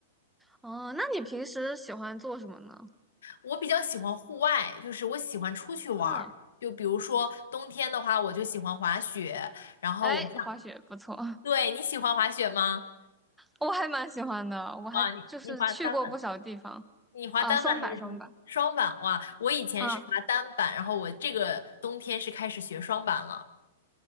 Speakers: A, in the centre; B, on the left.
A: 哦，那你平时喜欢做什么呢？
B: 我比较喜欢户外，就是我喜欢出去玩儿。
A: 啊，
B: 就比如说冬天的话，我就喜欢滑雪。然后我上，
A: 哎，滑雪不错。
B: 对，你喜欢滑雪吗？
A: 我还蛮喜欢的，我还就是去过不少地方
B: 哇，你你滑单板，你滑单板还是双板双板哇，
A: 啊，双板双板，
B: 我以前是滑单板，
A: 啊
B: 然后我这个冬天是开始学双板了。